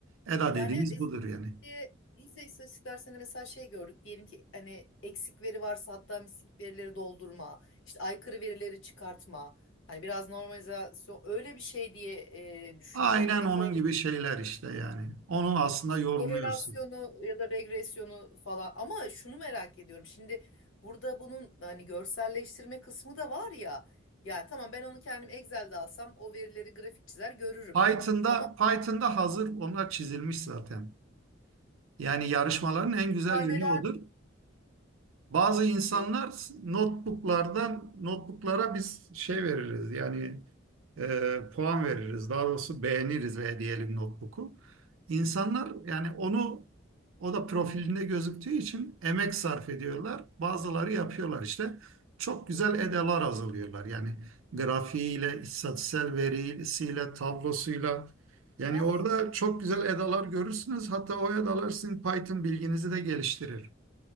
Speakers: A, on the right (about 90°); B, on the left (about 80°).
A: EDA
B: Yani
A: dediğimiz
B: evet istatistik
A: budur yani.
B: diye biz de istatistik dersinde mesela şey gördük. Diyelim ki hani eksik veri varsa hatta mislik verileri doldurma, işte aykırı verileri çıkartma. Hani biraz normalizasyon öyle bir şey diye e, düşünüyorum.
A: Aynen
B: Ya da
A: onun
B: korela,
A: gibi şeyler işte yani. Onu aslında
B: işte
A: yorumluyorsun.
B: korelasyonu ya da regresyonu falan. Ama şunu merak ediyorum. Şimdi burada bunun hani görselleştirme kısmı da var ya. Yani tamam ben onu kendim Excel'de alsam o verileri grafik çizer görürüm.
A: Python'da
B: Ama
A: Python'da hazır onlar çizilmiş zaten. Yani yarışmaların en güzel
B: kütüphaneler...
A: yönü odur. Bazı insanlar
B: E,
A: notebooklardan notebooklara biz şey veririz yani e, puan veririz daha doğrusu beğeniriz ve diyelim notebook'u. İnsanlar yani onu o da profilinde gözüktüğü için emek sarf ediyorlar. Bazıları yapıyorlar
B: Hı hı.
A: işte. Çok güzel edalar hazırlıyorlar. Yani grafiğiyle, istatistiksel verisiyle, tablosuyla. Yani
B: ha.
A: orada çok güzel edalar görürsünüz. Hatta o edalar sizin Python bilginizi de geliştirir.